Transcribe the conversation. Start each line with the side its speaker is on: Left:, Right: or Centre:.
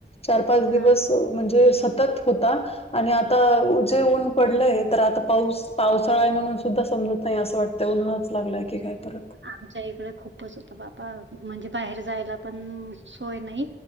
Left: चार, पाच दिवस
Right: हा
Left: म्हणजे सतत होता. आणि आता जे ऊन पडलंय तर आता पाऊस पावसाळा आहे म्हणून सुद्धा समजत नाही. असं वाटतं उन्हाळाच लागलाय की काय परत.
Right: आमच्या इकडे खूपच होत बाबा म्हणजे बाहेर जायला पण सोय नाही.